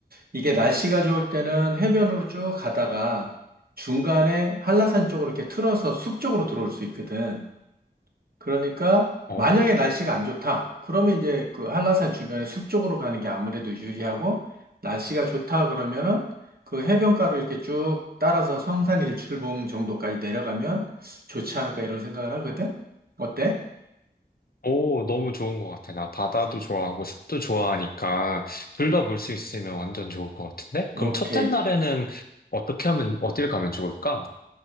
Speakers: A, on the right (about 60°); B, on the left (about 60°).
A: 이게 날씨가 좋을 때는 해변으로 쭉 가다가 중간에 한라산 쪽으로 이렇게 틀어서 숲 쪽으로 들어올 수 있거든. 그러니까
B: 어.
A: 만약에 날씨가 안 좋다. 그러면 이제 그 한라산 주변에 숲 쪽으로 가는 게 아무래도 유리하고 날씨가 좋다 그러면은 그 해변가로 이렇게 쭉 따라서 성산 일출봉 정도까지 내려가면 좋지 않을까 이런 생각을 하거든. 어때?
B: 오, 너무 좋은 것 같아. 나 바다도 좋아하고 숲도 좋아하니까 둘 다 볼 수 있으면 완전 좋을 것 같은데? 그럼
A: 오케이.
B: 첫째 날에는 어떻게 하면, 어딜 가면 좋을까?